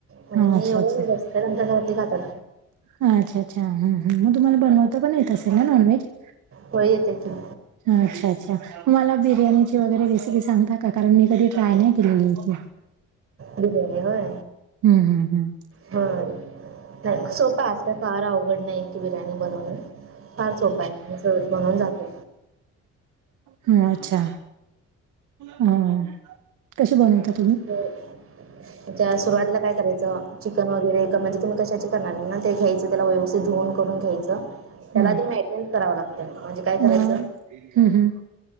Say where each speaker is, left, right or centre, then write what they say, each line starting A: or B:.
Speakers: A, on the right; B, on the right.
A: म्हणजे मी
B: अच्छा,
A: एवढे
B: अच्छा.
A: नाही जास्त आच्या घरात खातात
B: अच्छा अच्छा हम हम मग तुम्हाला बनवता पण येत असेल ना नॉन व्हेज
A: हो येते त
B: ह अच्छा अच्छा मला बिर्याणीची वगैरे रेसिपी सांगता का कारण मी कधी ट्राय नाही केलेलीची
A: बिर्याणी होय
B: हम्म हम्म हम्म
A: हा नाही सोपा असता फार अवघड नाही की बिर्याणी बनवून फार सोपा आहे आणि सहज बनून जातो
B: हो अच्छा हा कशी बनवतात
A: अच्छा त्या सुरवातीला काय करायचं चिकन वगैरे म्हणजे तुम्ही कशाची करणार ना ते घ्यायचं त्याला व्यवस्थित धुवून करून घ्यायचं त्याला
B: हम्म.
A: आधी मॅगिनेट करावं लागतं म्हणजे काय करायचं
B: मग हम्म हम्म